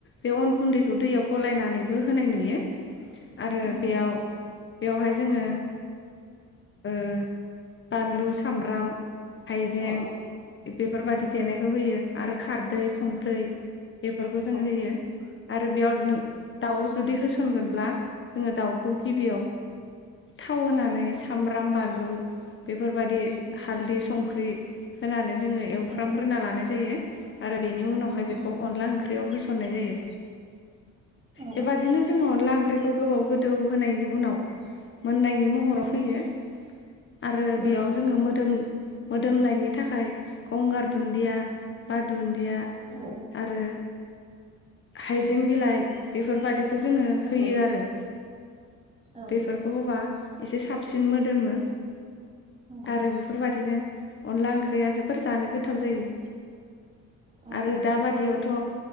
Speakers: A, on the left; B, on the right.
A: बे अन गुन्दैखौ दैयाव गलायनानैबो होनाय नुयो। आरो
B: नंगौ
A: बेयाव बेवहाय जोङो ओ बानलु सामब्राम हाइजें
B: औ औ
A: बे
B: नंगौ
A: बादि देनायखौ होयो। आरो खारदै संख्रै बेफोरखौ जों
B: औ
A: होयो आरो बेयाव नों दाउ जुदि होसनगोनब्ला जोङो दाउखौ गिबियाव थाव होनानै सामब्राम बानलु बे फोरबायदि
B: नंगौ
A: हालदै संख्रि होनानै जोङो एल
B: औ
A: फ्राम
B: औ
A: ग्रोना लानाय जायो। आरो बेनि उनावहाय
B: नंगौ
A: बेखौ अनला ओंख्रियाव होस खननाय जायो
B: औ
A: बेबादिनो जोङो अनला ओंख्रि खौ गोबाव गोदौ होनायनि उनाव मोननायनि महराव
B: औ
A: फैयो। आरो
B: नंगौ
A: बेयाव जोङो मोदोम मोदोमनायनि थाखाय गंगार दुन्दिया बा दुन दिया
B: औ नंगौ
A: आरो हाइजें बिलाइ बेफोरबादि खो जोङो होयो
B: औ नंगौ
A: आरो
B: औ
A: बेफोरखौ होबा एसे साब सिन मोदोमो
B: नंगौ
A: आरो बेफोरबादिनो अनला ओंख्रिया जोबोर जानो गोथाव जायो
B: औ
A: आरो दाबादियावथ।